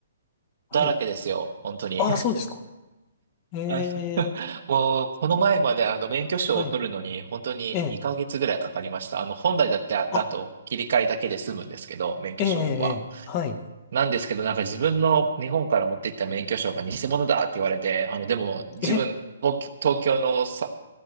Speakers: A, on the left; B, on the right.
A: はい。
B: だらけですよ。本当に。
A: ああ、そうですか。え
B: <laughs> あ
A: え、
B: もう、この前まであの、免許証を取るのに、
A: はい。
B: 本当に2ヶ月ぐらいかかりました。
A: ええ、
B: あの、本来だって、
A: あ、
B: だと切り替えだけで済むんですけど、免許証は。
A: ええ、ええ、はい。
B: なんですけど、なんか自分の日本から持って行った免許証が偽物だって言われて、あの、でも自分、
A: え、
B: 東東京のさ